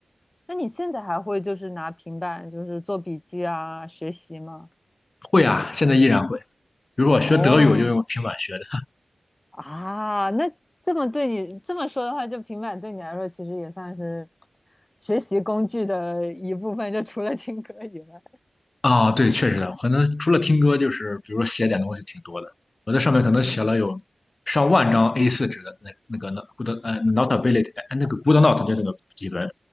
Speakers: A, on the left; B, on the left.
A: 那你现在还会就是拿平板就是做笔记啊，学习吗？
B: 会啊，现在依然会。比如说我学德语，
A: 哦，
B: 我就用平板学的。
A: 啊，那这么对你这么说的话，就平板对你来说其实也算是学习工具的一部分，就除了听歌以外。
B: 啊，对，确实的，可能除了听歌，就是比如说写点东西挺多的。我在上面可能写了有上万张
A: 嗯
B: A4 纸的那那个 no- Good 呃 Notability 呃那个 Good Note 就那个笔记本